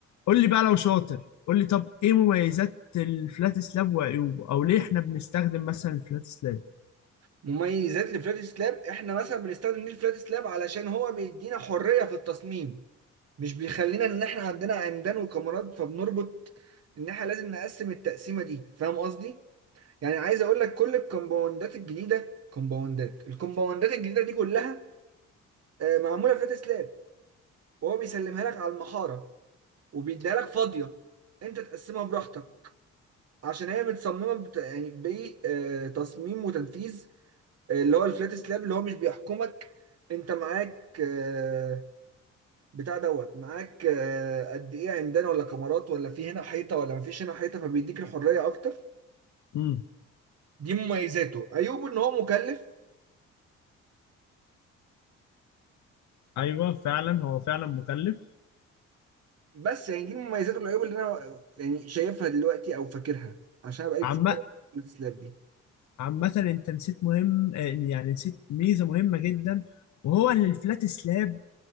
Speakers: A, on the left; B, on the right.
A: قول لي بقى لو شاطر قول لي طب ايه مميزات الفلات سلاب وعيوبه او ليه احنا بنستخدم مثلا الفلات سلاب
B: مميزات الفلات سلاب احنا مثلا بنستخدم ليه الفلات سلاب علشان هو بيدينا حريه في التصميم مش بيخلينا ان احنا عندنا عمدان وكاميرات فبنربط ان احنا لازم نقسم التقسيمه دي فاهم قصدي يعني عايز اقول لك كل الكومباوندات الجديده كومباوندات الكومباوندات الجديده دي كلها آه، معموله فلات سلاب وهو بيسلمها لك على المحاره وبيديها لك فاضيه انت تقسمها براحتك عشان هي متصممه بت... يعني بتصميم وتنفيذ اللي هو الفلات سلاب اللي هو مش بيحكمك انت معاك آه، بتاع دوت معاك آه، قد ايه عمدان ولا كاميرات ولا في هنا حيطه ولا مفيش هنا حيطه فبيديك الحريه اكتر
A: امم
B: دي مميزاته عيوبه ان هو مكلف
A: ايوه فعلا هو فعلا مكلف
B: بس يعني دي مميزاته والعيوب اللي انا يعني شايفها دلوقتي او فاكرها عشان أنا بقالي
A: عم
B: كتير الفلات سلاب دي
A: عامة انت نسيت مهم آه، يعني نسيت ميزة مهمة جدا وهو ان الفلات سلاب